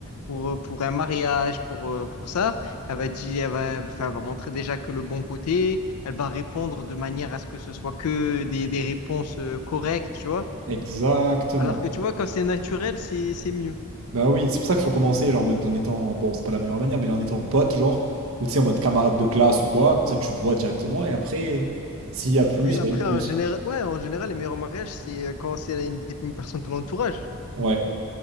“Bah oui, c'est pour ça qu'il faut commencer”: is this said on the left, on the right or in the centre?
Right